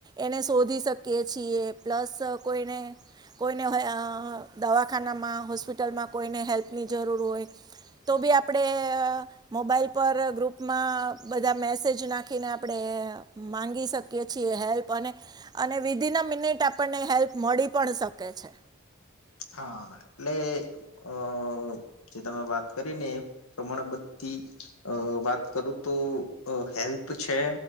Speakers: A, on the right; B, on the left.
A: એને શોધી શકીએ છીએ પ્લસ કોઈને કોઈને દવાખાનામાં હોસ્પિટલમાં કોઈને હેલ્પની જરૂર હોય તો બી આપડે મોબાઈલ ગ્રુપમાં બધા મેસેજ નાખીને આપણે મામાંગી શકીએ છીએ હેલ્પ વિઘી ન અ મિનિટ આપણને હેલ્પ મળી પણ શકે છે
B: હા એટલે અ જે તમે વાત કરી ને પ્રમાણે બધી વાત કરું તો હેલ્પ છે